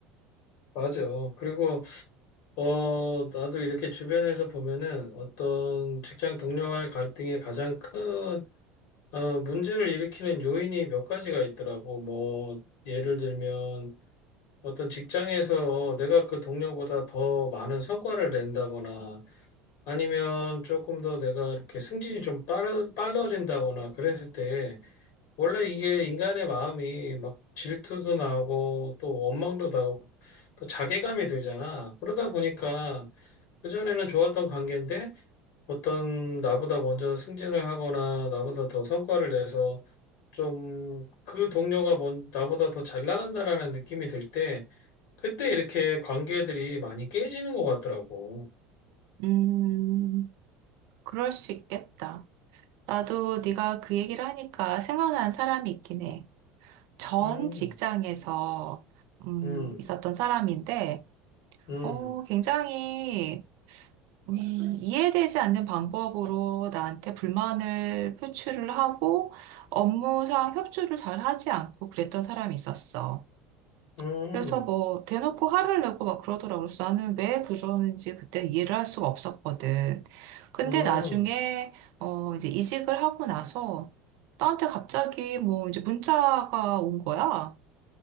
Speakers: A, on the left (about 65°); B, on the right (about 65°).
A: 맞아. 그리고 어 나도 이렇게 주변에서 보면은 어떤 직장 동료와의 갈등의 가장 큰 어, 문제를 일으키는 요인이 몇 가지가 있더라고. 뭐 예를 들면 어떤 직장에서 내가 그 동료보다 더 많은 성과를 낸다거나 아니면 조금 더 내가 이렇게 승진이 좀 빠르, 빨라진다거나 그랬을 때 원래 이게 인간의 마음이 막 질투도 나고 또 원망도 나고 또 자괴감이 들잖아. 그러다 보니까 그전에는 좋았던 관계인데 어떤 나보다 먼저 승진을 하거나 나보다 더 성과를 내서 좀 그 동료가 뭔 나보다 더 잘 나간다라는 느낌이 들 때 그때 이렇게 관계들이 많이 깨지는 것 같더라고.
B: 음, 그럴 수 있겠다. 나도 네가 그 얘기를 하니까 생각난 사람이 있긴 해. 전
A: 음,
B: 직장에서 음,
A: 음,
B: 있었던 사람인데,
A: 음,
B: 어, 굉장히 음, 이해되지 않는 방법으로 나한테 불만을 표출을 하고 업무상 협조를 잘 하지 않고 그랬던 사람이 있었어.
A: 음,
B: 그래서 뭐 대놓고 화를 내고 막 그러더라고요. 그래서 나는 왜 그러는지 그때 이해를 할 수가 없었거든. 근데
A: 음,
B: 나중에
A: 음,
B: 어 이제 이직을 하고 나서 나한테 갑자기 뭐 이제 문자가 온 거야.